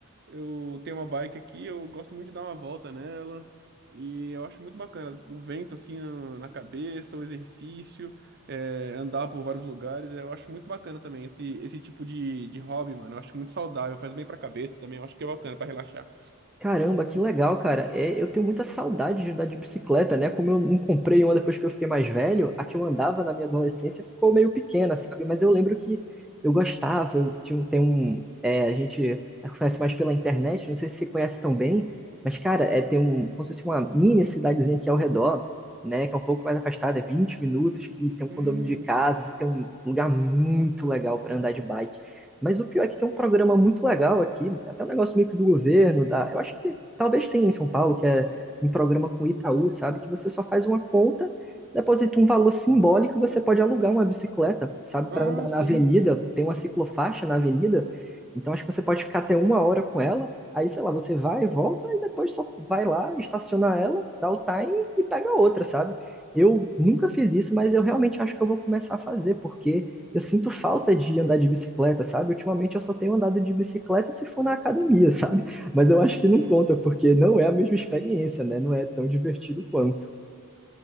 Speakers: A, on the right (about 45°); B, in the centre.
A: Eu tenho uma bike aqui, eu gosto muito de dar uma volta nela. E eu acho muito bacana o vento assim na na cabeça, o exercício, é, andar por vários lugares. eh, Eu acho muito bacana também esse, esse tipo de, de hobby, mano. Eu acho muito saudável, faz bem pra cabeça também. Eu acho que é bacana pra relaxar.
B: Caramba, que legal, cara. É, eu tenho muita saudade de andar de bicicleta, né? Como eu não comprei uma depois que eu fiquei mais velho, a que eu andava na minha adolescência ficou meio pequena, sabe? Mas eu lembro que eu gostava, eu tinha um, tem um, é, a gente conhece mais pela internet, não sei se você conhece tão bem, mas, cara, é, tem um, como se fosse uma mini cidadezinha aqui ao redor, né? Que é um pouco mais afastada, é 20 minutos, que tem um condomínio
A: Hum,
B: de casas e tem um lugar muito legal para andar de bike. Mas o pior é que tem um programa muito legal aqui, até um negócio meio que do governo, da, eu acho que talvez tenha em São Paulo, que é um programa com Itaú, sabe? Que você só faz uma conta, deposita um valor simbólico, você pode alugar uma bicicleta, sabe?
A: ah,
B: Para andar na
A: sim.
B: avenida, tem uma ciclofaixa na avenida, então acho que você pode ficar até uma hora com ela, aí sei lá, você vai, volta e depois só vai lá, estaciona ela, dá o time e pega outra, sabe? Eu nunca fiz isso, mas eu realmente acho que eu vou começar a fazer, porque eu sinto falta de andar de bicicleta, sabe? Ultimamente eu só tenho andado de bicicleta se for na academia, <laughs> sabe? Mas eu acho
A: <laughs>
B: que não conta, porque não é a mesma experiência, né? Não é tão divertido quanto.